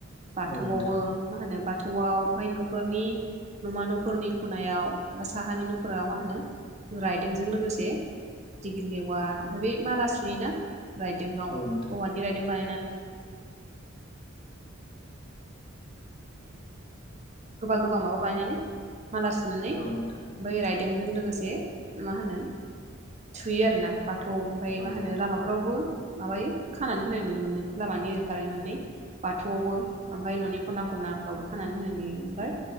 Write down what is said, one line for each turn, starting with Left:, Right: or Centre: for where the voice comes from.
Right: बाथौआवबो
Left: औ नोंथां
Right: मा होनो बाथौ बाथौआव ओमफ्राय न' फोरनि न'मा न'फोरनि खनायाव बा साहानि नखराव मा होनो रायदोंजों लोगोसे दिगिलेवा ओमफ्राय बे माला सुयोना रायदोंयाव
Left: औ नोंथां
Right: औवानि रायदोङाव <unintelligible> गोबा गोबा माबा बानायनानै माला सुनानै
Left: औ नोंथां
Right: बै राय बेेंजों लोगोसे मा होनो थुयो आरो ना बाथौ ओमफफ्राय
Left: औ
Right: मा होनो
Left: नोंथां
Right: लामाफ्रावबो माबायो खानानै होनाय नुनो मोनो लामानि ओरैफार मोननै बाथौआवबो ओमफ्राय न'नि खना खनाफ्रावबो खानानै होनाय नुयो ओमफफ्राय